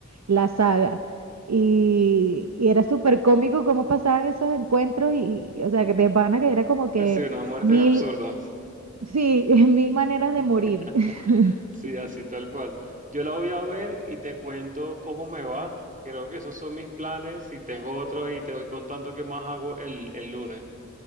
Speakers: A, on the right; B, on the right.
A: la saga. Y, y era súper cómico cómo pasaban esos encuentros y, y, o sea, que de pana que era como que
B: Sí, unas muertes
A: mil,
B: absurdas.
A: sí, <laughs> mil maneras de
B: <laughs>
A: morir. <laughs>
B: Sí, así tal cual. Yo la voy a ver y te cuento cómo me va. Creo que esos son mis planes. Si tengo otro ahí, te voy contando qué más hago el, el lunes.